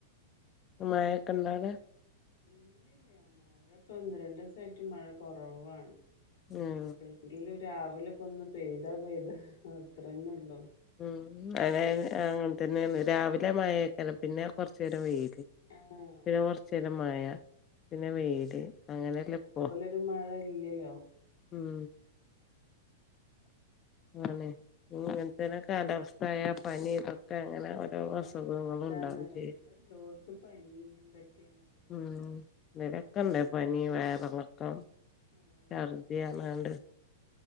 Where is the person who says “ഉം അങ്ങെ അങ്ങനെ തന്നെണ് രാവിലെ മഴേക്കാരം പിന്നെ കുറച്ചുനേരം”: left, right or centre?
Left